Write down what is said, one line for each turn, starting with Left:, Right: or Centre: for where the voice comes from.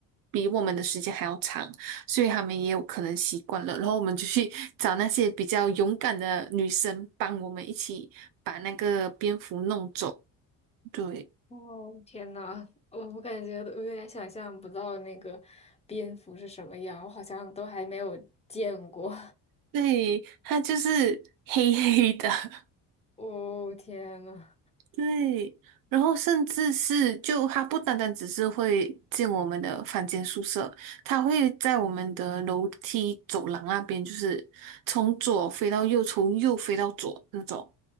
Right: 比我们的时间还要长，所以他们也有可能习惯了。然后我们就去找那些比较勇敢的女生，帮我们一起把那个蝙蝠弄走。对，
Left: 哦，天呐，我我感觉都有点想象不到那个蝙蝠是什么样，我好像都还没有见过。
Right: 对，它就是黑黑的，<laughs>
Left: <laughs> 哦，天呐！
Right: 对，然后甚至是就它不单单只是会进我们的房间宿舍，它会在我们的楼梯走廊那边，就是从左飞到右，从右飞到左那种，